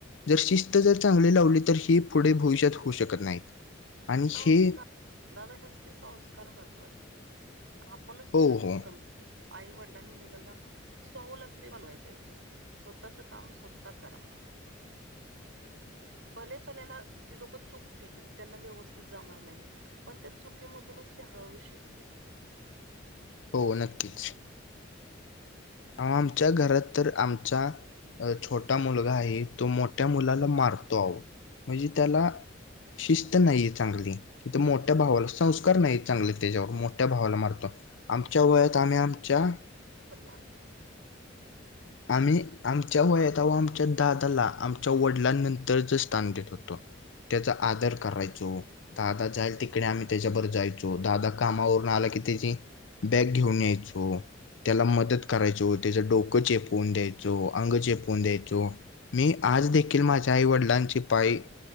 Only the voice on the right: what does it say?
संस्कार
दादा ह्यासाठी संस्कार महत्वाचे आहेत आपणच
कुठे
कमी आई वडलांनी मुलाला स्वावलंबी बनवाय पाहिजे स्वतःच काम स्वत करा भले पल्यांद ती लोक चुकतील त्यांना व्यवस्थित जाणार नाही पण त्या चुकीमधूनच ते हळूहळू शिकतील.
पला